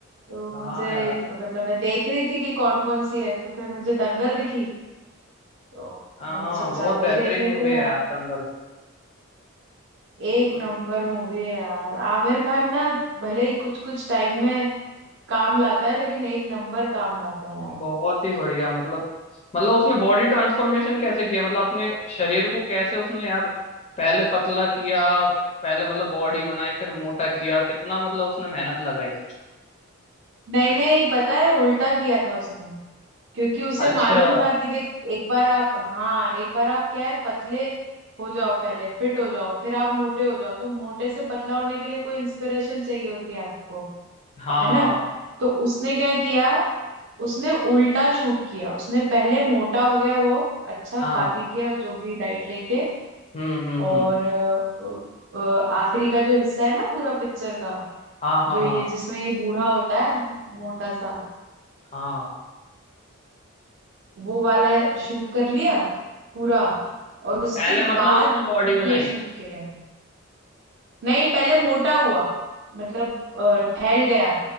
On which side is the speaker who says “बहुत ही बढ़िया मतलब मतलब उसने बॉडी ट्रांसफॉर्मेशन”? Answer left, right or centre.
Left